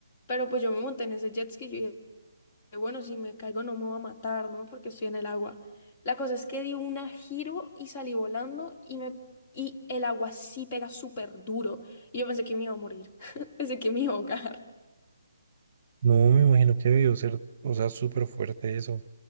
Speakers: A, on the left (about 30°); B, on the right (about 45°).
A: Pero pues yo me monté en ese jet ski que, bueno, si me caigo no me va a matar, ¿no? Porque estoy en el agua. La cosa es que di un giro y salí volando y me y el agua sí pega súper duro. Y yo pensé que me iba a morir, <laughs> pensé que me iba a ahogar. <laughs>
B: No, me imagino que debió ser, o sea, súper fuerte eso. O